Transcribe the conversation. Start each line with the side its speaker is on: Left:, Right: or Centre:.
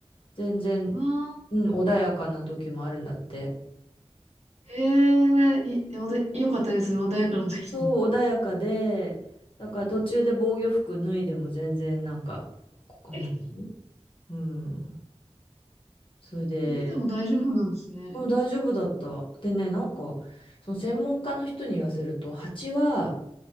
Left: 全然、
Right: ね。ああ、
Left: うん、穏やかな時もあるんだって。
Right: ええい、おで、よかったですね。穏やかな時
Left: そう、穏やかで、だから途中で防御服脱いでも全然なんか、こう何
Right: え、
Left: うん。それで、
Right: ないでも大丈夫なんですね。
Left: もうん大丈夫だった。でね、なんか、その専門家の人に言わせると、蜂は、